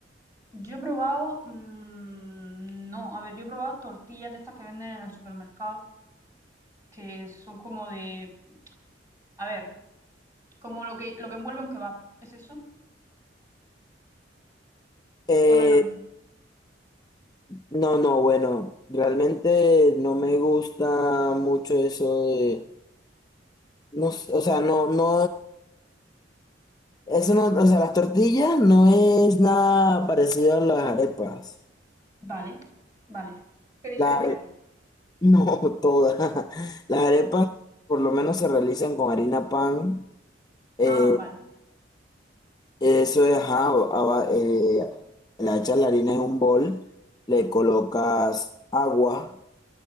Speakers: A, on the right; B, on the left.
A: yo he probado... mm, no, a ver, yo he probado tortillas de estas que venden en el supermercado que son como de... A ver, como lo que, lo que envuelve un kebab. ¿Es eso?
B: Eh,
A: ¿O no es lo mismo?
B: no, no, bueno, realmente no me gusta mucho eso de, no, s- o sea, no, no, eso no, o sea, las tortillas no es nada parecido a las arepas.
A: Vale, vale. ¿Qué diferencia
B: La-
A: hay?
B: no, <laughs> todas. Las arepas
A: Vale.
B: por lo menos se realizan con harina pan. eh,
A: Ah, vale.
B: Eso es, ajá, aba- eh, la hecha la harina en un bol, le colocas agua,